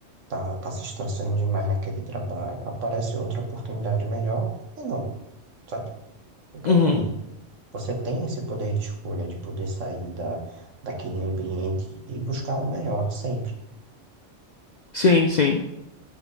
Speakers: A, on the right; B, on the left.
A: tá, tá se estressando demais naquele trabalho. Aparece outra oportunidade melhor, por que não, sabe? Por que
B: Uhum.
A: não ir? Você tem esse poder de escolha de poder sair da, daquele ambiente e buscar o melhor sempre.
B: Sim, sim.